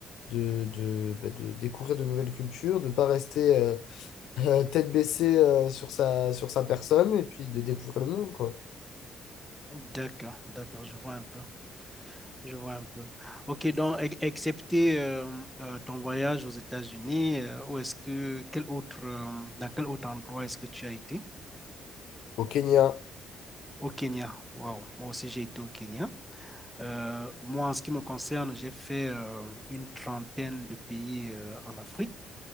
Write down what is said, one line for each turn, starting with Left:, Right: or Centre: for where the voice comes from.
Left: de, de, bah, de découvrir de nouvelles cultures, de ne pas rester euh, euh, tête baissée euh, sur sa, sur sa personne et puis de découvrir le monde, quoi.
Centre: D'accord, d'accord, je vois un peu. Je vois un peu. Ok, donc, ex- excepté euh, euh, ton voyage aux États-Unis, euh, où est-ce que, quel autre, euh, dans quel autre endroit est-ce que tu as été?
Left: Au Kenya.
Centre: Au Kenya. Waouh, moi aussi j'ai été au Kenya. Euh, moi, en ce qui me concerne, j'ai fait euh, une trentaine de pays euh, en Afrique.